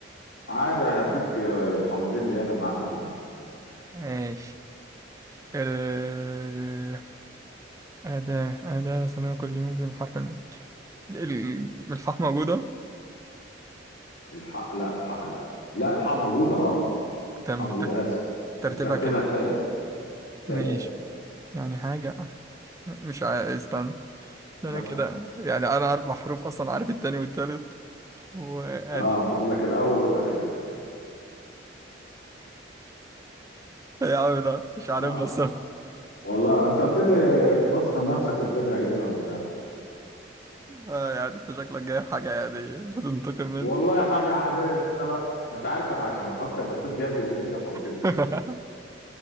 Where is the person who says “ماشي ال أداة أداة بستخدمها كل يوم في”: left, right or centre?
Right